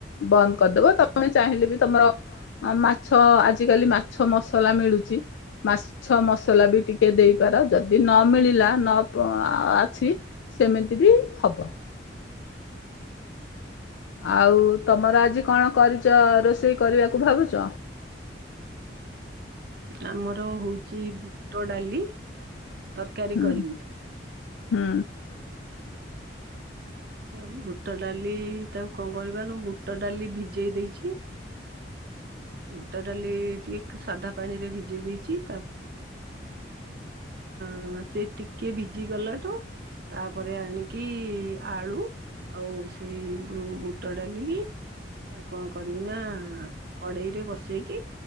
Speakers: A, on the left (about 80°); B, on the right (about 55°).
A: ବନ୍ଦ କରଦେବ ତମେ ଚାହିଁଲେ ବି ତମର ଅଁ ମାଛ ଆଜିକାଲି ମାଛ ମସଲା ମିଳୁଚି। ମାଛ ମସଲା ବି ଟିକେ ଦେଇପାର ଯଦି ନ ମିଳିଲା ନ ପା ଆ ଅଛି ସେମିତି ବି ହବ। ଆଉ ତମର ଆଜି କଣ କରିଚ ରୋଷେଇ କରିବାକୁ ଭାବୁଚ?
B: ଆମର ହୋଉଚି ବୁଟ ଡାଲି ତରକାରୀ
A: ହୁଁ
B: କରିବି।
A: ହୁଁ।
B: ଆଉ ବୁଟ ଡାଲି ତାକୁ କଣ କରିବା ନୁ ବୁଟ ଡାଲି ଭିଜେଇ ଦେଇଚି। ବୁଟ ଡାଲି ଟିକେ ସାଧା ପାଣିରେ ଭିଜେଇ ଦେଇଚି ତା ଆଁ ସେ ଟିକେ ଭିଜି ଗଲାଠୁ ତାପରେ ଆଣିକି ଆଳୁ ଆଉ ସେଇ ଯୋଉ ବୁଟ ଡ଼ାଲି କି ତା କଣ କରିବି ନା କଡେଇରେ ବସେଇକି